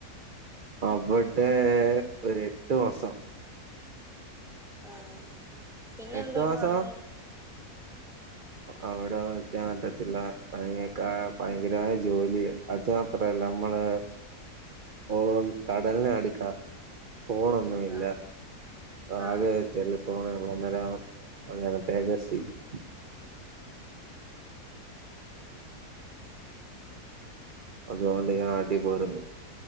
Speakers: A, on the right; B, in the centre.
A: അവിടെ ഒരു എട്ടു മാസം
B: ആഹ് പിന്നെന്തെ
A: എട്ട്
B: ഇങ്ങു
A: മാസം
B: വന്നേ
A: അവിടെ നിക്കാൻ പറ്റത്തില്ല <unintelligible> ഭയങ്കരമായ ജോലി അത് മാത്രല്ല നമ്മള് ഓ കടലിനെടുക്ക ഫോണൊന്നും ഇല്ല
B: ആഹ്
A: ആകെ
B: ആഹ്
A: ടെലിഫോൺ ഉള്ള അന്നേരം അങ്ങനത്തെ <unintelligible> അതുകൊണ്ട് ഞാൻ നാട്ടി പോയിരുന്നു